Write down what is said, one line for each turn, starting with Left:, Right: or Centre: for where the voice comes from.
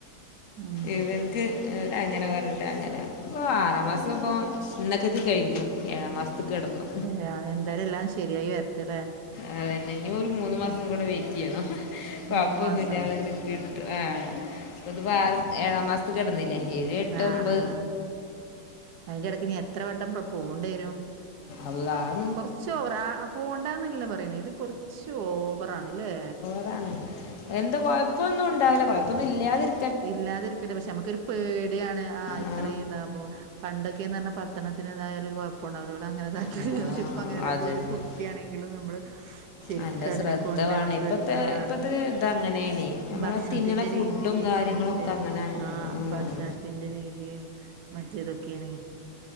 Right: ഉം
Left: ഇവൽ ക്ക് ഏഹ് അങ്ങനെ പറഞ്ഞിട്ട് അങ്ങനെ ഓഹ് ആറാം മാസം ഇപ്പം ഇന്നക്കക്ക് കഴിഞ്ഞു. ഏഴാം മാസത്ത്ക്ക് കടന്നു.
Right: ഏഹ് എന്തരെല്ലാം ശരിയായി വരട്ടെ ല്ലേ
Left: അതന്നെ ഇനി ഒരു മൂന്ന് മാസം കൂടെ വെയിറ്റെയ്യണം കൊഴപപ്പൊന്നും
Right: മൂന്ന് മാസോ
Left: ഇത് കിട്ട ആഹ് ഇതിപ്പോ ആറ് ഏഴാം മാസത്ത് കെടന്നില്ലേ. ഏഴ്, എട്ട്,
Right: ആഹ്
Left: ഒമ്പെ
Right: ആഹ് അയിന്റെ എടക്ക് ഇനി എത്ര വട്ടം പ്രൊ പോണ്ടെരും
Left: അള്ളാഹ്
Right: കൊറച്ച് ഓവറാ ആഹ് പോണ്ടന്നല്ല പറയ്ണെ ഇത് കൊറച്ച് ഓവറാണ് ല്ലേ
Left: അതാണ്. എന്താ കൊഴപ്പൊന്നും ഉണ്ടാവൂല, കൊഴപ്പൊന്നും ഇല്ലാതിരി
Right: ഇല്ലാതിരിക്കട്ടേ. പക്ഷെ നമക്കൊരു പേടിയാണ് ആഹ് ഇത്രേം
Left: ആ
Right: ഇതാവുമ്പോ പണ്ടൊക്കെന്ന് പറഞ്ഞാ പത്ത് പത്തണത്തിനെതായാലും ഒരു കൊഴപ്പണ്ടാവൂല്ല ഓലങ്ങനെതാക്കിയരും
Left: ആ
Right: പക്ഷെ ഇപ്പം അങ്ങനല്ല
Left: അതന്നെ
Right: ഇപ്പൊരു കുട്ടിയാണെങ്കിലും നമ്മള് ശെരിക്കതിനെ
Left: നല്ല ശ്രദ്ധ
Right: കൊണ്ട്
Left: വേണം.
Right: ആഹ് ശ്രദ്ധ
Left: ഇപ്പത്തെ
Right: വേണം.
Left: ഇപ്പത്തെ ഇതങ്ങനേണേ. നമ്മളാ
Right: ഭക്ഷണത്തിന്റെ
Left: തിന്നണ ഫുഡും
Right: രീതിയും
Left: കാര്യങ്ങളൊക്കെ
Right: മറ്റെ
Left: അങ്ങനെ ആയതുകൊണ്ട്.
Right: ആഹ്
Left: ഉം.
Right: ഭക്ഷണ ത്തിന്റെ രീതിയും, മറ്റേ ഇതൊക്കെണ്.